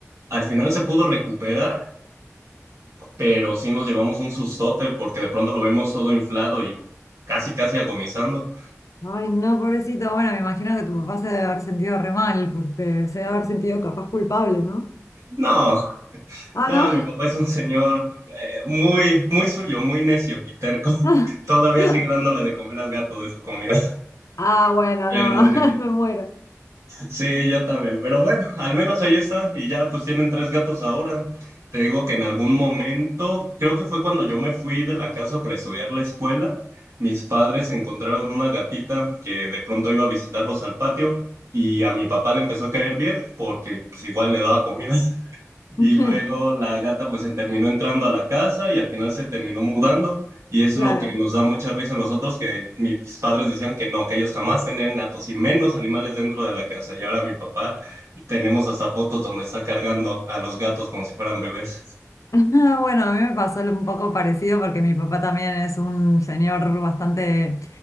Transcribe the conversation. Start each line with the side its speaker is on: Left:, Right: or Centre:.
Right: Al final se pudo recuperar, pero sí nos llevamos un sustote porque de pronto lo vemos todo inflado y casi, casi agonizando.
Left: ay, no, pobrecito. Bueno, me imagino que tu papá se debe haber sentido re mal, porque se debe haber sentido capaz culpable, ¿no?
Right: No,
Left: Ah,
Right: no, mi papá es un señor eh, muy, muy suyo, muy necio y terco. <laughs>
Left: no.
Right: Todavía
Left: <laughs>
Right: sigue dándole de comer al gato de su comida, <laughs>
Left: Ah, bueno,
Right: ya
Left: no,
Right: grande.
Left: <laughs> me muero.
Right: Sí, yo también. Pero bueno, al menos ahí está. Y ya pues tienen tres gatos ahora. Te digo que en algún momento, creo que fue cuando yo me fui de la casa para estudiar la escuela, mis padres encontraron una gatita que de pronto iba a visitarlos al patio y a mi papá le empezó a caer bien porque pues igual le daba comida. Y
Left: <laughs>
Right: luego la gata pues se terminó entrando a la casa y al final se terminó mudando. Y es
Left: Claro.
Right: lo que nos da mucha risa a nosotros, que mis padres decían que no, que ellos jamás tendrían gatos y menos animales dentro de la casa. Y ahora mi papá tenemos hasta fotos donde está cargando a los gatos como si fueran bebés.
Left: <laughs> Ah, Bueno, a mí me pasó un poco parecido porque mi papá también es un señor bastante